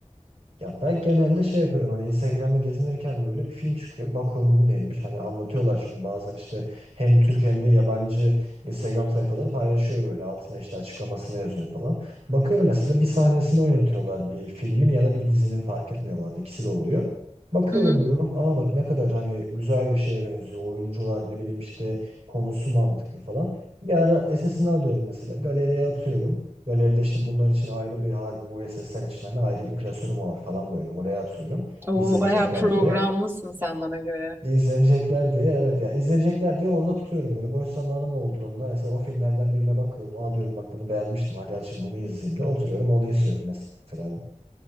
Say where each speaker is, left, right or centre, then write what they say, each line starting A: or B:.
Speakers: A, on the right (about 55°); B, on the right (about 20°).
A: Ya ben genelde şey yapıyorum hani Instagram'da gezinirken böyle bir film çıkıyor. Bakıyorum bu neymiş? Hani anlatıyorlar çünkü bazen işte hem Türk hem de yabancı Instagram sayfaları paylaşıyor böyle. Altına işte açıklamasını yazıyor falan. Bakıyorum mesela bir sahnesini oynatıyorlar bir filmin ya da bir dizinin fark etmiyorlar. İkisi de oluyor. Bakıyorum
B: Hı hı.
A: diyorum aa bak ne kadar hani güzel bir şeye benziyor. Oyuncular ne bileyim işte konusu mantıklı falan. Bir ara SS'ini alıyorum mesela galeriye atıyorum. Galeride işte bunlar için ayrı bir harbi bu sesler için hani ayrı bir klasörüm var falan böyle. Oraya atıyorum.
B: Oo,
A: İzlenecekler
B: bayağı programlısın
A: diye.
B: sen bana göre.
A: İzlenecekler diye evet ya izlenecekler diye orada tutuyorum böyle boş zamanım olduğunda mesela o filmlerden birine bakıyorum aa diyorum bak bunu beğenmiştim hadi aç şimdi bunu izleyeyim de oturuyorum onu izliyorum mesela